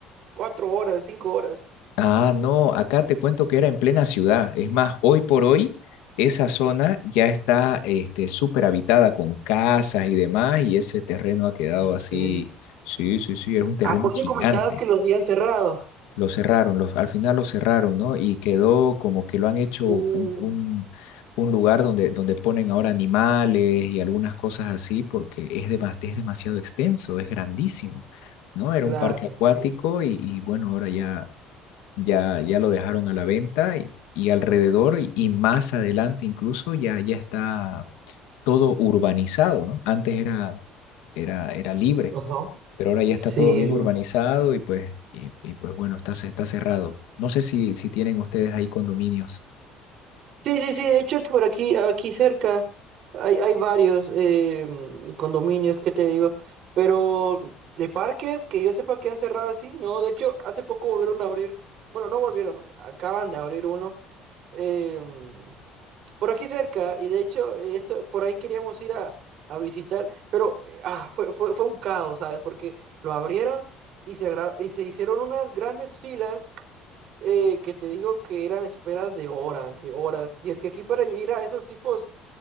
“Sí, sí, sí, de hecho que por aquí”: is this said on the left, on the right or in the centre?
Right